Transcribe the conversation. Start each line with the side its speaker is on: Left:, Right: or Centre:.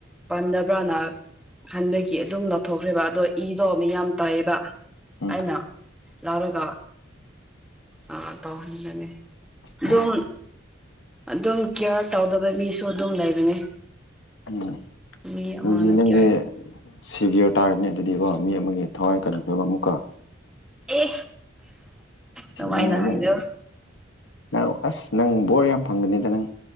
Centre: ꯄꯥꯟꯗꯕ꯭ꯔꯅ ꯈꯟꯕꯒꯤ ꯑꯗꯨꯝ ꯂꯧꯊꯣꯛꯈ꯭ꯔꯦꯕ ꯑꯗꯣ ꯏꯗꯣ ꯃꯌꯥꯝ ꯇꯥꯏꯌꯦꯕ
Left: ꯎꯝ
Centre: ꯑꯩꯅ ꯂꯥꯎꯔꯒ ꯑꯥ ꯇꯧꯍꯟꯕꯅ‌ꯦ ꯑꯗꯨꯝ
Left: ꯑꯣ
Centre: ꯑꯗꯨꯝ ꯀꯤꯌꯥꯔ ꯇꯧꯗꯕ ꯃꯤꯁꯨ ꯑꯗꯨꯝ ꯂꯩꯕꯅꯦ
Left: ꯎꯝ
Centre: ꯃꯤ ꯑꯃꯅ
Left: ꯍꯧꯖꯤꯛ ꯅꯪꯗꯤ
Centre: ꯀꯤꯌꯔ
Left: ꯁꯤꯕꯤꯌꯔ ꯇꯥꯔꯅꯤ ꯑꯗꯨꯗꯤꯀꯣ ꯃꯤ ꯑꯃꯒꯤ ꯊꯋꯥꯏ ꯀꯟꯈ꯭ꯔ‌ꯦꯕ ꯑꯃꯨꯛꯀ
Centre: ꯑꯦ ꯀꯃꯥꯏꯅ
Left: ꯅꯪ ꯑꯃꯨꯛ
Centre: ꯍꯥꯏꯔ‌ꯣ
Left: ꯅꯪ ꯑꯁ ꯅꯪ ꯕꯣꯔ ꯌꯥꯝ ꯐꯪꯒꯅꯤꯗ ꯅꯪ